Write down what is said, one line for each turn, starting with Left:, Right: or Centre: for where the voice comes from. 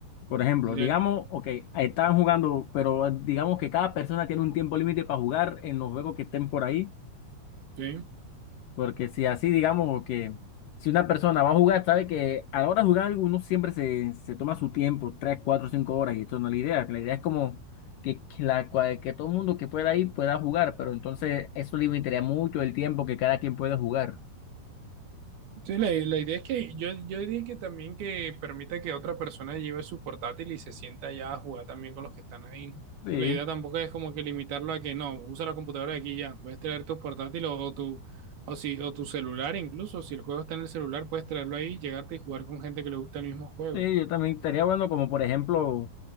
Left: Por ejemplo,
Right: Tendría,
Left: digamos, ok, estaban jugando, pero digamos que cada persona tiene un tiempo límite para jugar en los juegos que estén por ahí.
Right: Sí,
Left: Porque si así, digamos, o que si una persona va a jugar, sabe que a la hora de jugar uno siempre se, se toma su tiempo, tres, cuatro, cinco horas, y esto no es la idea. La idea es como que, que la, cual- que todo el mundo que pueda ir pueda jugar, pero entonces eso limitaría mucho el tiempo que cada quien pueda jugar.
Right: sí, la, la idea es que yo, yo diría que también que permita que otra persona lleve su portátil y se sienta allá a jugar también con los que están ahí, ¿no? O
Left: Sí.
Right: sea, la idea tampoco es como que limitarlo a que no, usa la computadora de aquí y ya, puedes traer tu portátil o, o tu o si o tu celular incluso, si el juego está en el celular, puedes traerlo ahí, llegarte y jugar con gente que le gusta el mismo juego.
Left: Sí, yo también estaría bueno como por ejemplo